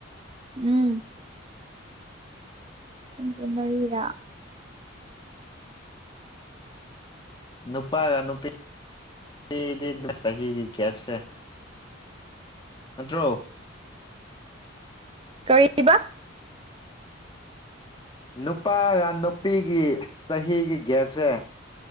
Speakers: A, on the right; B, on the left.
A: ꯎꯝ ꯅꯥꯪꯁꯦꯃꯔꯤꯔꯥ
B: ꯅꯨꯄꯥꯒ ꯅꯨꯄꯤ ꯅꯨꯗꯤ ꯆꯍꯤꯒꯤ ꯒꯦꯞꯁꯦ ꯅꯠꯇ꯭ꯔꯣ
A: ꯀꯔꯤꯕꯥ
B: ꯅꯨꯄꯥꯒ ꯅꯨꯄꯤꯒꯤ ꯆꯍꯤꯒꯤ ꯒꯦꯞꯁꯦ